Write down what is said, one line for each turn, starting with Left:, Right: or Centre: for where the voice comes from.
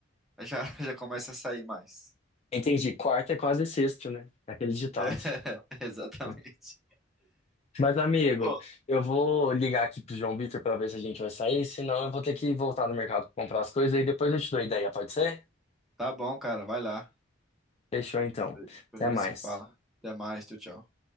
Centre: já, <laughs> já começo a sair mais.
Left: Entendi. Quarta é quase sexta, né? É Aquele ditado.
Centre: <laughs> Exatamente.
Left: né? Mas, amigo,
Centre: Pô,
Left: eu vou ligar aqui pro João Vitor pra ver se a gente vai sair, senão eu vou ter que voltar no mercado pra comprar as coisas e depois eu te dou a ideia, pode ser?
Centre: tá bom, cara. Vai lá.
Left: Fechou então.
Centre: Depois
Left: Até
Centre: a
Left: mais.
Centre: gente se fala. Até mais. Tchau, tchau.